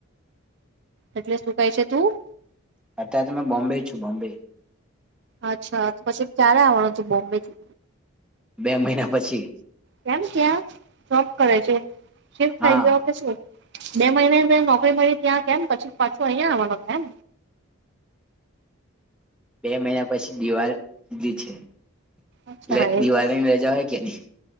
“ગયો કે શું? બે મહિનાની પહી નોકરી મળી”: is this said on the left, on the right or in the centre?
Right